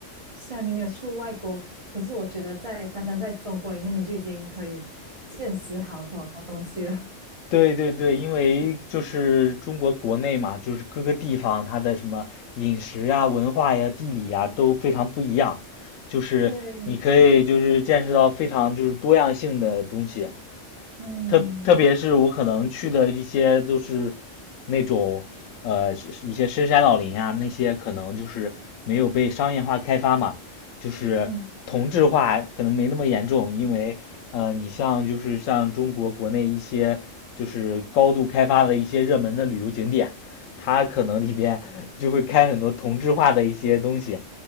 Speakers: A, on the right; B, on the left.
A: 虽然你没有出外国，可是我觉得在单单在中国里面，你就已经可以见识好多好多东西了。
B: 对对对对，因为就是中国国内嘛，就是各个地方它的什么饮食呀、文化呀、地理呀都非常不一样，就是你可以就是见识到非常就是多样性的东西。
A: <laughs> 对，嗯
B: 特特别是我可能去的一些都是那种呃是一些深山老林啊，那些可能就是没有被商业化开发嘛，就是同质化可能没那么严重，
A: 嗯，
B: 因为呃你像就是像中国国内一些就是高度开发的一些热门的旅游景点，它可能里边 <laughs> 就会开很多同质化的一些东西。